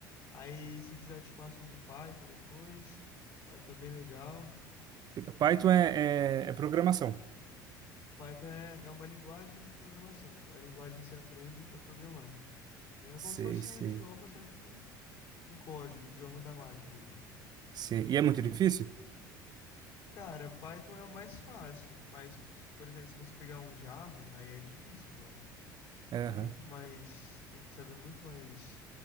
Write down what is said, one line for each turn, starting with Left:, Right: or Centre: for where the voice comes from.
Left: Aí, se quiser, eu te passo um de Python depois. Python é bem legal.
Right: Python é, é, é programação.
Left: Python é, é uma linguagem de programação, é a linguagem que você aprende pra programar. né? É
Right: Sei,
Left: como se fosse
Right: sei,
Left: um idioma, só que em código, o idioma da máquina ali.
Right: sei. E é muito difícil?
Left: Cara, Python é o mais fácil, mas, por exemplo, se você pegar um Java, aí é difícil, mano.
Right: Aham.
Left: Muito mais. Tem que saber muito mais